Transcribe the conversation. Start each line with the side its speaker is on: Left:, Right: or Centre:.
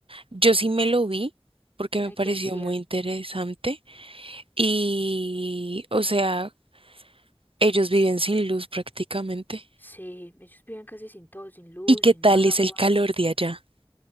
Right: Yo sí me lo vi porque me
Left: Ay,
Right: pareció
Left: que decía,
Right: muy interesante. Y, o sea, ellos viven sin luz prácticamente.
Left: sí, ellos viven casi sin todo, sin luz,
Right: ¿Y qué
Left: sin
Right: tal
Left: agua.
Right: es el calor de allá?